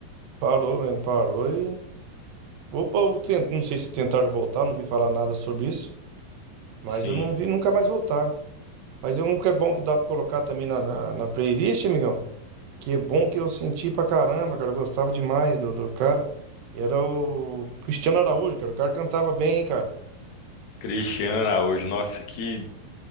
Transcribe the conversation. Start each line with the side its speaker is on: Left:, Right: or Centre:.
Right: parou mesmo, parou e... Opa, eu tento, não sei se tentaram voltar, não vi falar nada sobre isso, mas
Left: Sim.
Right: eu não vi, nunca mais voltaram. Mas é um que é bom que dá pra colocar também na, na, na playlist, amigão. Que bom que eu senti pra caramba, cara. Eu gostava demais do, do cara. Era o Cristiano Araújo, cara. O cara cantava bem, hein, cara.
Left: Cristiano Araújo, nossa, que